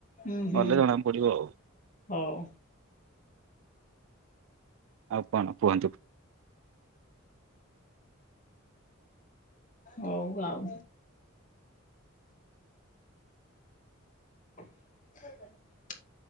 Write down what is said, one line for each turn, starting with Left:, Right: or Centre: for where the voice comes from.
Left: ହୁଁ ହୁଁ ହୁଁ
Right: ଗଲେ ଜଣାକୁ ପଡିବ ଆଉ।
Left: ହଉ
Right: ଆଉ କଣ କୁହନ୍ତୁ?
Left: ହଉ ଆଉ। <inaudible>